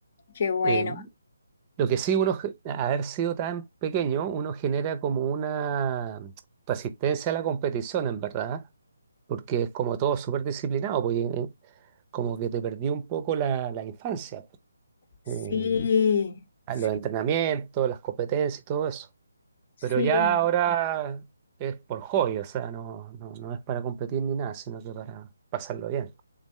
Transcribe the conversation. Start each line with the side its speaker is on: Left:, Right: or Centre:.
Left: Qué bueno.
Right: Eh, lo que sí, uno, ge- a haber sido tan pequeño, uno genera como una resistencia a la competición, en verdad, porque es como todo súper disciplinado, pues, eh, como que te perdí un poco la, la infancia. pues.
Left: Sí,
Right: Eh, a
Left: sí,
Right: los entrenamientos, las competencias y todo eso.
Left: sí.
Right: Pero ya ahora es por hobby, o sea, no, no, no es para competir ni nada, sino que para pasarlo bien.